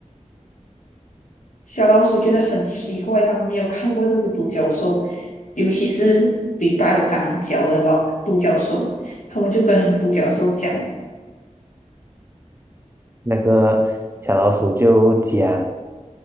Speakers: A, on the left; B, on the right.
A: 小老鼠觉得很奇怪，他们没有看过这只独角兽，尤其是尾巴有长角的老独角兽。他们就跟独角兽讲：
B: 那个小老鼠就讲，